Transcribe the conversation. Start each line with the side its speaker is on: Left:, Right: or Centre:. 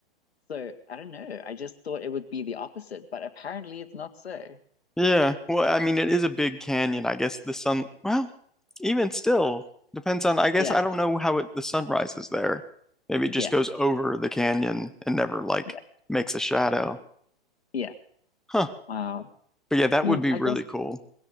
Left: so I don't know. I just thought it would be the opposite, but apparently it's not so.
Centre: Yeah. Well, I mean, it is a big canyon. I guess the sun. Well. even still, depends on, I guess
Left: Yeah,
Centre: I don't know how it, the sun rises there. Maybe it just
Left: yeah,
Centre: goes over the canyon and never like
Left: yeah,
Centre: makes a shadow.
Left: yeah.
Centre: Huh.
Left: Wow.
Centre: But yeah, that
Left: Mm,
Centre: would be
Left: I
Centre: really
Left: guess
Centre: cool.